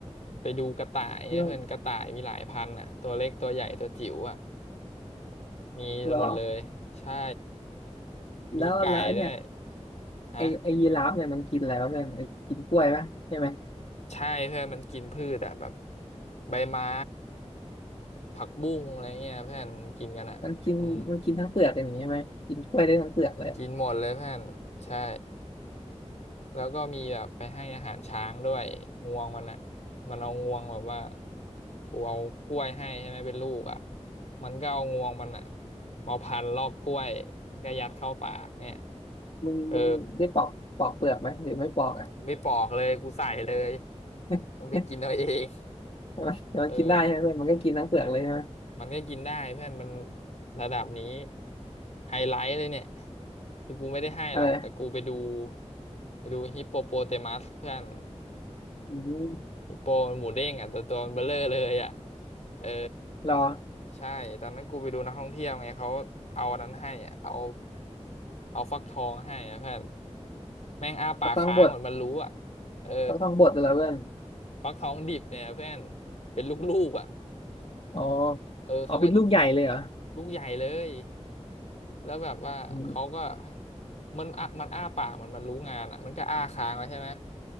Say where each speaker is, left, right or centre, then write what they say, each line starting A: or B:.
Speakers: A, on the left; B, on the left.
A: ไปดูกระต่ายเนี่ยเพื่อนกระต่ายมีหลายพันอ่ะตัวเล็กตัวใหญ่ตัวจิ๋วอ่ะ
B: เพื่อน
A: มีหมดเลยใช่
B: รอ
A: มีไก่ด้วย
B: แล้วแล้วไอ้เนี่ย
A: ฮะ
B: ไอไอยีราฟเนี่ยมันกินอะไรบ้างเนี่ยไอกินกล้วยปะใช่ไหม
A: ใช่เพื่อนมันกินพืชอะแบบใบไม้ผักบุ้งอะไรเงี้ยเพื่อนกินกันอะอืม
B: มันกินมันกินทั้งเปลือกอย่างนี้ใช่ไหมกินกล้วยได้ทั้งเปลือกเลย
A: กินหมดเลยเพื่อนใช่แล้วก็มีแบบไปให้อาหารช้างด้วยงวงมันอะมันเอางวงแบบว่ากูเอากล้วยให้ใช่ไหมเป็นลูกอะมันก็เอางวงมันอะมาพันรอบกล้วยมันก็ยัดเข้าปากเนี่ย
B: มึงมึงได้ปอกปอกเปลือกไหมหรือไม่ปอกอ่ะ
A: เออไม่ปอกเลยกูใส่เลย
B: <laughs>
A: มันไปกินเอาเอง
B: แต่ไหมัแต่ <laughs> มันกินได้ใช่ไหมเพื่อนมันก็กินทั้งเปลือกเลยใช่ไหม
A: เออ มันก็กินได้เพื่อนมันระดับนี้ไฮไลท์เลยเนี่ยคือกูไม่ได้ให้หรอกแต่กูไปดู
B: เออ
A: ไปดูฮิปโปโปเตมัสเพื่อน
B: อืม
A: ฮิปโปมันหมูเด้งอ่ะตัวตัวมันเบลอเลยอ่ะเออ
B: รอ
A: ใช่ตอนนั้นกูไปดูนักท่องเที่ยวไงเขาเอาอันนั้นให้อะเอาเอาฟักทองให้อะเพื่อนแม่งอ้าปากค้างเหมือนมันรู้อ่ะ
B: ก็ต้องบด
A: เออ
B: ก็ต้องบดแล้วเพื่อน
A: ฟักทองดิบเนี่ยเพื่อนเป็นลูกๆอ่ะ
B: อ๋อ
A: เออเขาก็
B: อ๋อเป็นลูกใหญ่เลยเหรอ
A: ลูกใหญ่เลย แล้วแบบว่าเขาก็
B: อืม
A: มันอ่ะมันอ้าปากมันมันรู้งานอ่ะมันก็อ้าค้างไว้ใช่ไหม